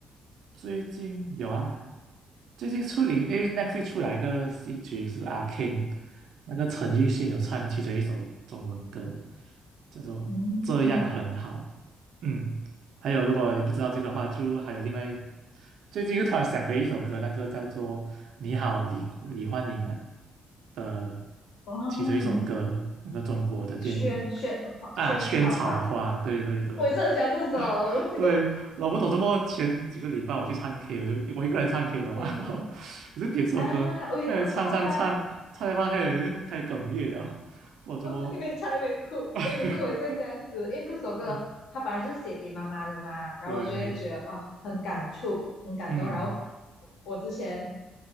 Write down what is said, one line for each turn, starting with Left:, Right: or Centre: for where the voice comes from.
Right: 最近有啊，最近出零，因为 n e t 出来一个戏剧是《阿 k c n e 那个陈奕迅有唱其中一首中文歌，叫做《这样很好》。
Left: 嗯，
Right: 嗯，还有如果你不知道这个的话，就还有另外一最近又突然想回一首歌，那个叫做《你好，李李焕英》啊的
Left: 哦，
Right: 其中一首歌，那个中国的电影。
Left: 萱萱花，
Right: 啊，
Left: 萱草花，
Right: 萱草花，对对对，
Left: 我也是很喜欢这首。
Right: <laughs> 啊对，
Left: <laughs>
Right: 老不懂怎么前几个礼拜我去唱 K，我就我一个人唱 K 了嘛，
Left: 嗯
Right: 然后我就点这首歌，
Left: 啊，我也不错啊。
Right: 开始唱唱唱，唱一半开始开始哽咽了，不懂怎么
Left: 哦，一边唱一边哭。
Right: <laughs> 啊，
Left: 哎，可是我也是会这样子，
Right: 对，
Left: 因为这首歌它本来就是写给妈妈的嘛，
Right: 嗯，
Left: 然后我就会觉得哇，
Right: 对，
Left: 很感触，很感动。
Right: 嗯
Left: 然后我我之前，